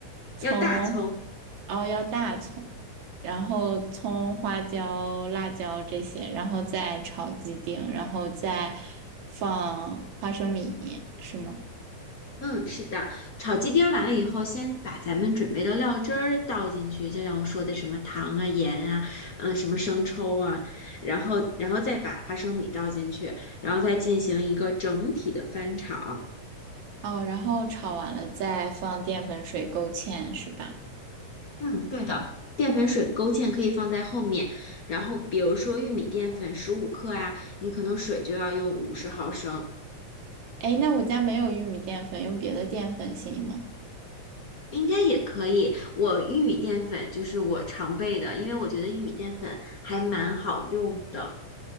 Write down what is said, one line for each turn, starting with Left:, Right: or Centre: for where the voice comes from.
Right: 葱，
Left: 要大葱。
Right: 哦，要大葱，然后葱、花椒、辣椒这些，然后再炒鸡丁，然后再放花生米，是吗？
Left: 嗯，是的，炒鸡丁儿完了以后，先把咱们准备的料汁儿倒进去，就像我说的什么糖啊、盐啊，嗯，什么生抽啊，然后然后再把花生米倒进去，然后再进行一个整体的翻炒。
Right: 哦，然后炒完了再放淀粉水勾芡，是吧？
Left: 嗯，对的，淀粉水勾芡可以放在后面，然后比如说玉米淀粉十五克啊，你可能水就要用五十毫升，
Right: 哎，那我家没有玉米淀粉，用别的淀粉行吗？
Left: 应该也可以。我玉米淀粉就是我常备的，因为我觉得玉米淀粉还蛮好用的